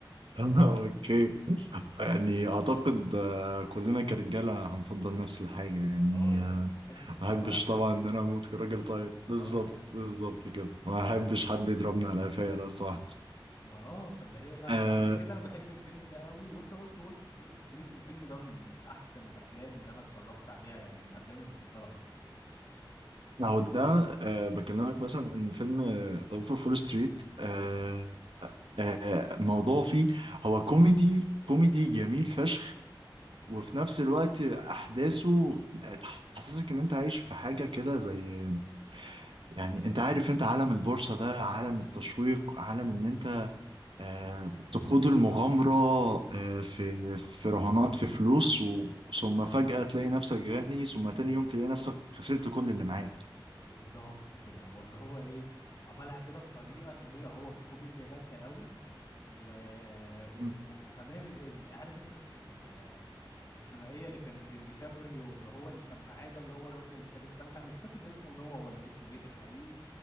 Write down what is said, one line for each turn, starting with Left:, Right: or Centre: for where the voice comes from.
Right: <laughs> اوكي يعني اعتقد آه، كلنا كرجالة هنفضل نفس الحاجة يعني
Left: اه يعني ما تحبش تضرب
Right: ما احبش
Left: على قفاك
Right: طبعا ان انا اموت كراجل طيب بالظبط
Left: اه يعني
Right: بالظبط كده ما
Left: فالله
Right: احبش حد يضربني على قفايا لو سمحت
Left: ما اه فاللي هي لا
Right: آه
Left: عشان كده انا بحب الفيلم ده قوي وانت قلت وولف في وول ستريت الفيلم ده من احسن الافلام اللي انا اتفرجت عليها يعني من افلامي المفضله اصلا
Right: اهو ده آه بكلمك مثلا ان فيلم ظرف فول ستريت آه آه موضوع فيه هو كوميدي كوميدي جميل فشخ وفي نفس الوقت احداثه تحسسك ان انت عايش في حاجه كده زي يعني انت عارف انت عالم البورصه ده عالم التشويق عالم ان انت آه، تخوض المغامرة آه، في في رهانات في فلوس و... ثم فجأة تلاقي نفسك غني ثم تاني يوم تلاقي نفسك خسرت كل اللي معاك
Left: بالظبط كده واللي هو ايه عملها كده بطريقه اللي هي هو في كوميديا جامده قوي و... و...
Right: مم.
Left: و... وكمان ال... ال- عارف انت الس- ال... الثنائيه اللي كانت بين ديكابريو اللي هو اللي كان معاه ده اللي هو الراجل اللي كان السمك انا مش فاكر ده اسمه نوا ولا اسمه ايه في الحقيقي